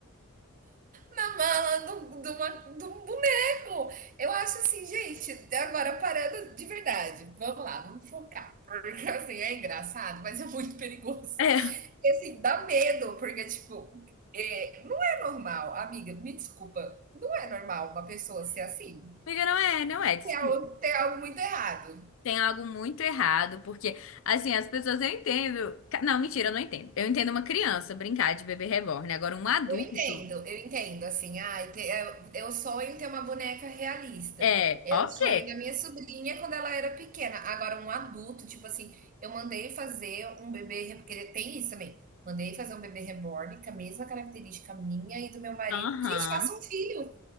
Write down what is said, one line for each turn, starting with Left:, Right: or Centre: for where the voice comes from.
Right: na mala do- de uma- de um boneco. Eu acho assim, gente, agora parando de verdade. Vamos lá, vamos focar. Porque assim, é engraçado, mas é muito perigoso.
Left: É,
Right: E assim, dá medo, porque tipo, é, não é normal, amiga, me desculpa, não é normal uma pessoa ser assim.
Left: amiga, não é, não é, desculpa.
Right: Tem algo, tem algo muito errado.
Left: Tem algo muito errado, porque, assim, as pessoas eu entendo. Ca- Não, mentira, eu não entendo. Eu entendo uma criança brincar de bebê reborn, agora um adulto.
Right: Eu entendo, eu entendo, assim, ai, te- eu, eu sonho em ter uma boneca realista.
Left: É,
Right: Era
Left: ok.
Right: o sonho da minha sobrinha quando ela era pequena. Agora, um adulto, tipo assim, eu mandei fazer um bebê, re- porque tem isso também. Mandei fazer um bebê reborn com a mesma característica minha e do meu marido.
Left: Aham.
Right: Gente, faça um filho.